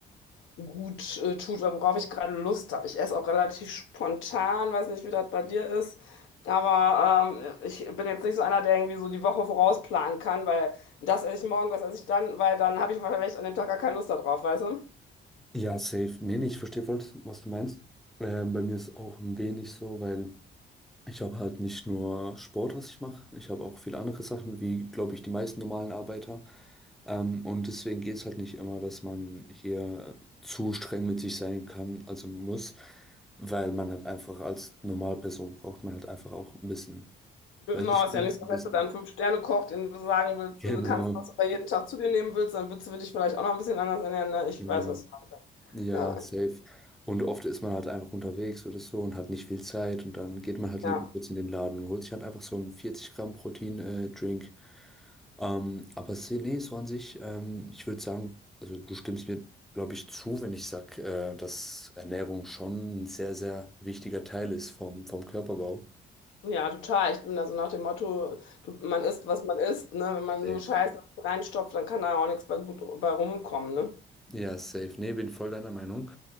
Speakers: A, on the left; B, in the centre.
A: gut äh, tut oder worauf ich gerade Lust habe. Ich esse auch relativ spontan, weiß nicht, wie das bei dir ist. Aber ähm, ich bin jetzt nicht so einer, der irgendwie so die Woche vorausplanen kann, weil das esse ich morgen, das esse ich dann, weil dann habe ich vielleicht an dem Tag gar keine Lust darauf, weißt du?
B: Ja, safe. Nee, nee, ich verstehe voll, was du meinst. Äh, bei mir ist auch ein wenig so, weil. Ich habe halt nicht nur Sport, was ich mache, ich habe auch viele andere Sachen, wie, glaube ich, die meisten normalen Arbeiter. Ähm, und deswegen geht es halt nicht immer, dass man hier zu streng mit sich sein kann, also muss, weil man halt einfach als Normalperson braucht man halt einfach auch ein bisschen,
A: Genau,
B: weiß ich
A: ist
B: nicht,
A: ja nicht so,
B: ein bisschen.
A: dass du dann fünf Sterne
B: <laughs>
A: kochst, den du sagen willst,
B: Genau,
A: du kannst, was du bei jeden Tag zu dir nehmen willst, dann würdest du dich vielleicht auch noch ein bisschen anders ernähren. Ne? Ich
B: genau.
A: weiß, was du meinst.
B: Ja,
A: Ja,
B: safe. Und oft ist man halt einfach unterwegs oder so und hat nicht viel Zeit und dann geht man halt lieber
A: ja.
B: kurz in den Laden und holt sich halt einfach so einen 40 Gramm Protein, äh, Drink. Ähm, aber se- nee, so an sich, ähm, ich würde sagen, also du stimmst mir, glaube ich, zu, wenn ich sage, äh, dass Ernährung schon ein sehr, sehr wichtiger Teil ist vom, vom Körperbau.
A: Ja, total. Ich bin da so nach dem Motto, du, man isst, was man isst, ne? Wenn man
B: Safe.
A: nur Scheiße reinstopft, dann kann da ja auch nichts bei gut bei rumkommen, ne?
B: Ja, safe. Nee, bin voll deiner Meinung.